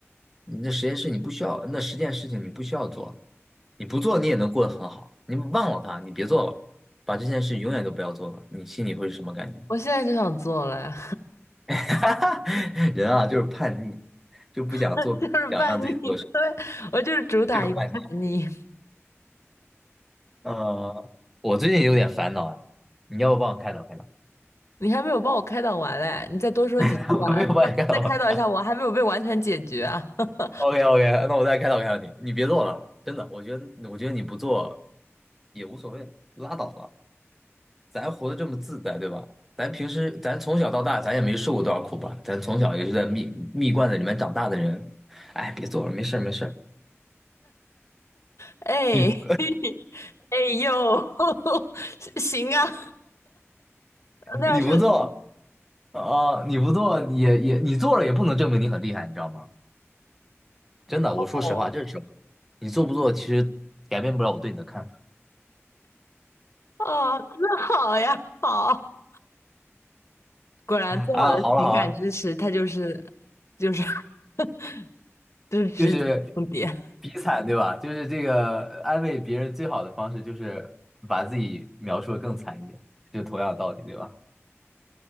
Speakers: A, in the centre; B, on the left (about 75°).
A: 你这实验室你不需要，那十件事情你不需要做，你不做你也能过得很好，你忘了它，你别做了，把这件事永远都不要做了，你心里会是什么感觉？
B: 我现在就想做了，
A: <laughs> 人啊，就是叛逆，就不想做，
B: <laughs> 就是叛逆，
A: 想让自己做事，
B: 对，我就是主打一个叛逆。
A: 就是叛逆。呃，我最近有点烦恼啊，你要不帮我开导开导？
B: 你还没有帮我开导完嘞，你再多说几句啊！
A: <laughs> 我没有帮你开导吧，
B: 你再再开导一下我，还没有被完全解决啊！<laughs>
A: OK OK，那我再开导开导你，你别做了，真的，我觉得我觉得你不做也无所谓，拉倒了，咱活得这么自在，对吧？咱平时咱从小到大，咱也没受过多少苦吧？咱从小也是在蜜蜜罐子里面长大的人，哎，别做了，没事儿没事儿，
B: 哎，
A: 你
B: <laughs> 哎呦，<laughs> 行啊，那要是
A: 你不做啊、你不做也也你做了也不能证明你很厉害，你知道吗？真的，
B: 哦
A: 我说实话，这是实话，你做不做其实改变不了我对你的看法
B: 哦，那好呀，好，果然最好的情感支持，
A: 啊。好了好了。
B: 它就是就是 <laughs> 就是直击重点。
A: 就是比惨，对吧？就是这个安慰别人最好的方式，就是把自己描述的更惨一点，就同样的道理，对吧？